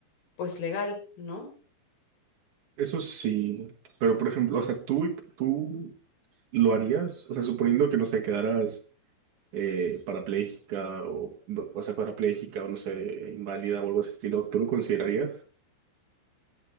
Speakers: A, on the left; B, on the right.
A: pues, legal, ¿no?
B: Eso sí, pero por ejemplo, o sea, tú, tú lo harías, o sea, suponiendo que no sé, quedaras eh, parapléjica o, o sea, parapléjica o no sé, inválida o algo de ese estilo, ¿tú lo considerarías?